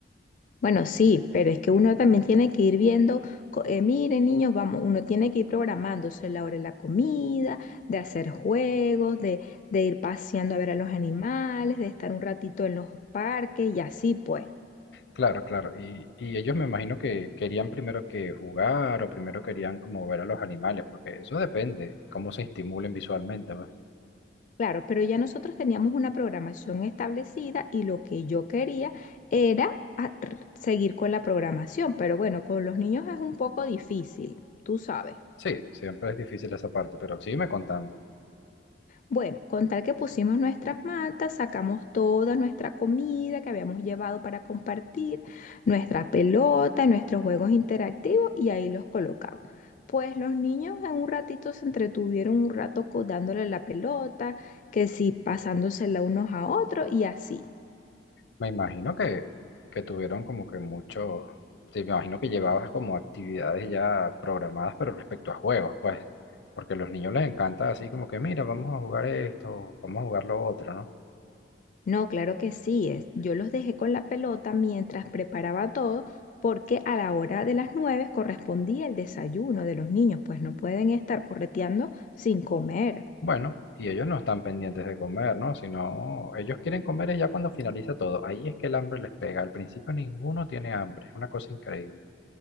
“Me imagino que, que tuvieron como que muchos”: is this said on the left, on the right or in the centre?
Left